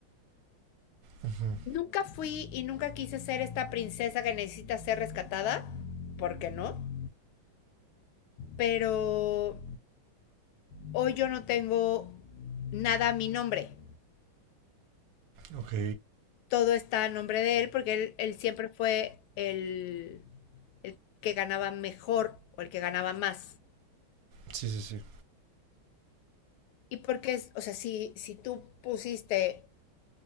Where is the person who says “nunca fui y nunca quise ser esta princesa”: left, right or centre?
Left